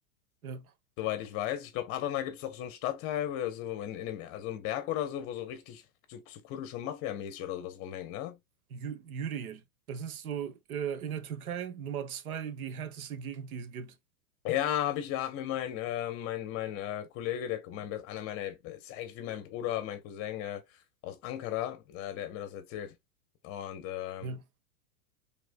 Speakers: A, on the right; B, on the left.
A: ja.
B: Soweit ich weiß. Ich glaube, Adana gibt es doch so einen Stadtteil, wo so in, in dem, also einen Berg oder so, wo so richtig so, so kurdische Mafia-mäßig oder sowas rumhängt, ne?
A: Yu- Yürüyer. Das ist so äh, in der Türkei Nummer zwei die härteste Gegend, die es gibt.
B: Ja, habe ich, ja, hat mir mein, äh, mein, mein äh, Kollege, der, mein, best- einer meiner, ist ja eigentlich wie mein Bruder, mein Cousin äh, aus Ankara, äh, der hat mir das erzählt. Und, ähm,
A: Ja,